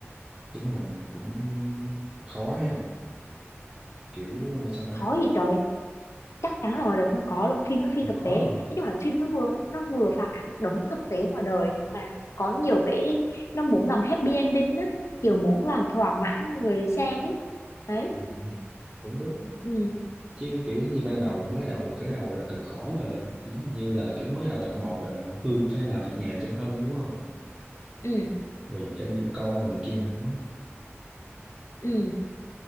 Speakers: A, in the centre; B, on the left.
A: đúng rồi cũng khó ha kiểu ờ, sao ta
B: khó gì trời chắc chắn là ngoài đời không có luôn phim nó
A: không
B: phi thực
A: có
B: tế nói
A: luôn hả?
B: chung là phim nó vừa nó vừa phản ảnh đúng thực tế ngoài đời nhưng mà có nhiều cái nó muốn làm happy ending á kiểu muốn làm thỏa mãn người xem ấy đấy
A: ừ, cũng đúng
B: ừ
A: chứ kiểu như ban đầu mới đầu khởi đầu là cực khổ rồi Nó như là kiểu mới đầu tập một là Hương phải làm việc nhà cho Hân đúng không
B: ừ
A: rồi cả giữ con rồi này kia nữa
B: ừ